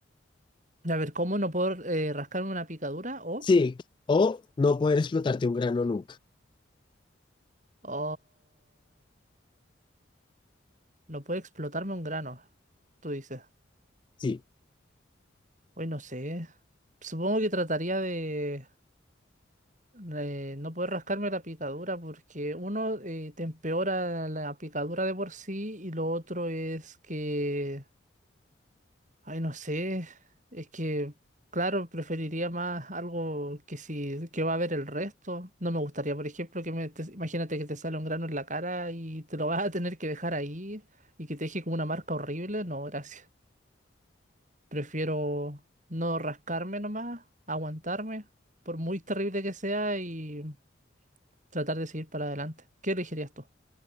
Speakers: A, on the right; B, on the left.
A: a ver, ¿cómo no puedo eh, rascarme una picadura o,
B: Sí, o no poder explotarte un grano nunca.
A: o no puede explotarme un grano? Tú dices.
B: Sí.
A: Hoy no sé. Supongo que trataría de, eh, no poder rascarme la picadura porque uno eh, te empeora la picadura de por sí y lo otro es que, ay, no sé, es que, claro, preferiría más algo que si que va a ver el resto. No me gustaría, por ejemplo, que me, te- imagínate que te sale un grano en la cara y te lo vas a tener que dejar ahí y que te deje como una marca horrible. No, gracias. Prefiero no rascarme nomás, aguantarme, por muy terrible que sea, y tratar de seguir para adelante. ¿Qué elegirías tú?